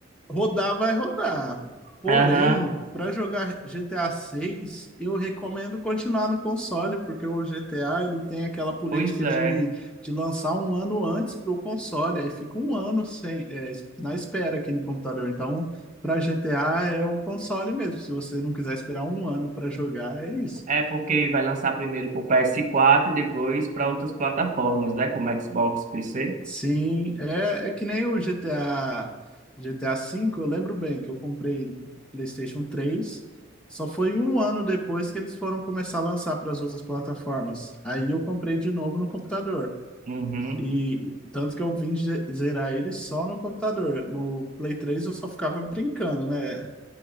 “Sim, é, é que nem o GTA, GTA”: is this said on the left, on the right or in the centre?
Centre